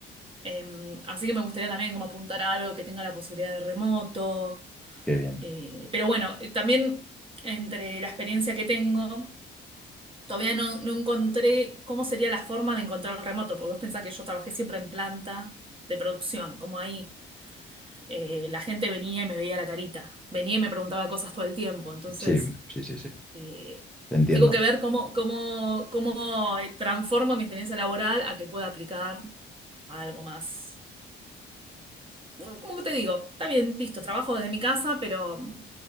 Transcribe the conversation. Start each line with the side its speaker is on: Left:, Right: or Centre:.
Right: Eh, así que me gustaría también como apuntar a algo que tenga la posibilidad de remoto.
Centre: Qué bien.
Right: Eh, pero bueno, eh, también entre la experiencia que tengo, todavía no, no encontré cómo sería la forma de encontrar el remoto, porque vos pensás que yo trabajé siempre en planta de producción, como ahí. eh, la gente venía y me veía la carita, venía y me preguntaba cosas todo el tiempo, entonces
Centre: Sí, sí, sí, sí.
Right: eh,
Centre: Te entiendo.
Right: tengo que ver cómo, cómo, cómo eh, transformo mi experiencia laboral a que pueda aplicar a algo más no, como te digo, está bien, listo, trabajo desde mi casa, pero